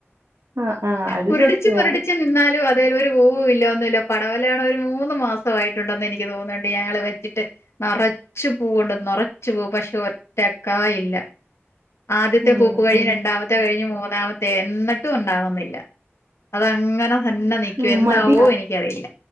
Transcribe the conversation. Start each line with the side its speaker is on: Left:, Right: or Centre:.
Right: ആഹ് ആഹ് അത്
Left: മുരടിച്ച്
Right: സത്യവാ.
Left: മുരടിച്ച നിന്നാലും അ തേലോരു പൂ ഇല്ല ഒന്നുല്ല പടവലാണേ ഒരു മൂന്ന് മാസമായിട്ടുണ്ടെന്ന് എനിക്ക് തോന്നുന്നുണ്ട് ഞങ്ങള് വെച്ചിട്ട് നറച്ചു പൂവണ്ട് നറച്ചു പൂ പക്ഷെ ഒറ്റക്കായില്ല ആദ്യത്തെ
Right: ഉം
Left: പൂപ്പ് കഴിഞ്ഞ്
Right: ഉം
Left: രണ്ടാമത്തെ കഴിഞ്ഞ് മൂന്നാമത്തെ എന്നിട്ടും ഉണ്ടാകുന്നു ഒന്നുല്ല അതങ്ങനെ തന്നെ നിക്കും
Right: ഉം
Left: എന്താവോ
Right: മടിയാ.
Left: എനിക്ക് നിക്കറില്ല